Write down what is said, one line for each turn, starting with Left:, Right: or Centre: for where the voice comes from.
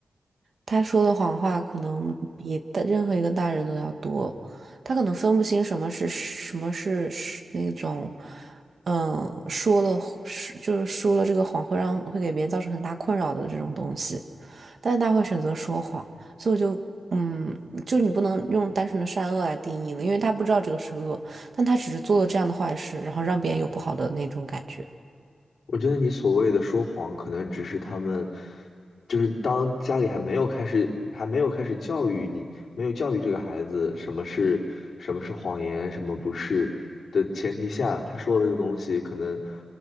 Right: 他说的谎话可能比大任何一个大人都要多，他可能分不清什么是什么是是那种，嗯，说了是就是说了这个谎会让会给别人造成很大困扰的这种东西。但是他会选择说谎，所以我就，嗯，就你不能用单纯的善恶来定义了，因为他不知道这个是恶，但他只是做了这样的坏事，然后让别人有不好的那种感觉。
Left: 我觉得你所谓的说谎，可能只是他们，就是当家里还没有开始，还没有开始教育你，没有教育这个孩子什么是什么是谎言，什么不是的前提下，他说的这个东西，可能